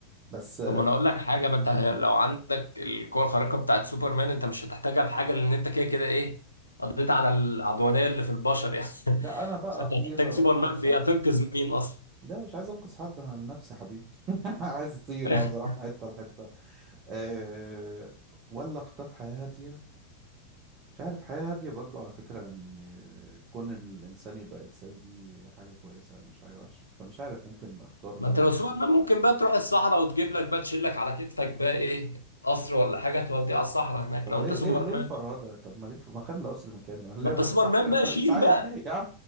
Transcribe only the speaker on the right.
بس
م.
لا انا بقى
اطير
اروح
في حتة
لا مش عايز انقذ حد انا لنفسي يا حبيبي <laughs> عايز اطير
عايز اروح في حتة لحتة أه ولا اختار حياة هادية مش عارف حياة هادية برضو على فكرة يعني آه، كون الإنسان يبقى إنسان دي حاجة كويسة يعني مش حاجة وحشة فمش عارف ممكن أختارها
ولا
طب
إيه
إيه ليه الفرهدة طب ما ليه الف... ما خلي القصر مكانه <laughs> أنا ليه
أروح
صح
<laughs> مش
عايز
يا عم